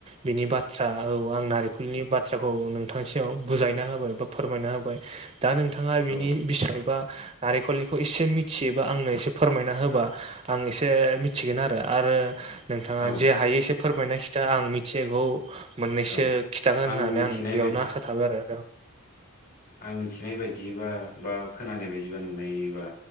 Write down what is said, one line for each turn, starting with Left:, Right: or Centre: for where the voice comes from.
Right: बिनि बाथ्रा औ आं नारेंखलनि बाथ्राखौ नोंथांसियाव बुजायना होबाय बा फोरमायना होबाय दा नोंथाङा बिनि
Left: औ
Right: बिसायबा नारेंखलनिखौ एसे मिथि बा आंनो एसे फोरमायना होबा आं एसे मिथिगोन आरो नोंथाङा
Left: औ
Right: जे हायो एसे फोरमायनाय खिथा आं मिथिगौ मोननैसो
Left: औ
Right: खिन्थागोन होननानै
Left: मिथिनाय
Right: आं बेयावनो
Left: बायदि
Right: आसा थाबाय आरो रो
Left: आं मिथिनाय बायदिबा बा खोनानाय बायदिबा नुनायबा